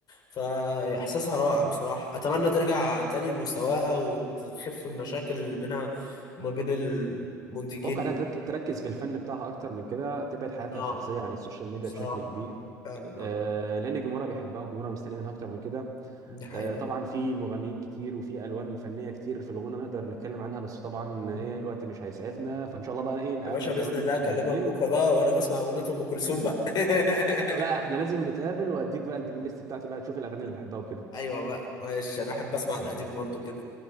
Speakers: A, on the left (about 45°); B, on the right (about 40°).
A: فإحساسها رائع بصراحة أتمنى ترجع تاني لمستواها وتخف المشاكل اللي بينها وما بين المنتجين
B: اتوقع انها ترك- تركز في الفن بتاعها اكتر من كده تبعد حياتها
A: اه
B: الشخصيه عن السوشيال ميديا
A: بصراحة
B: بشكل كبير
A: آه، فعلا
B: آه
A: اه
B: لان جمهورها بيحبها وجمهورها مستني منها اكتر من كده
A: ده حقيقي
B: آه، طبعا في مغنيين كتير وفي الوان فنيه كتير في الغنى نقدر نتكلم عنها بس طبعا
A: مم.
B: ايه الوقت مش هيسعفنا فان شاء الله بقى ايه نقابلك
A: يا باشا بإذن
B: كمان
A: الله
B: يوم
A: أكلمك
B: ولا اتنين
A: بكرة بقى وأنا بسمع أغنية أم كلثوم بقى <laughs>
B: لا احنا لازم نتقابل واديك بقى البلاي ليست بتاعتي بقى تشوف الاغاني اللي بحبها وكده
A: أيوة بقى ماشي أنا أحب أسمع القديم برضو كده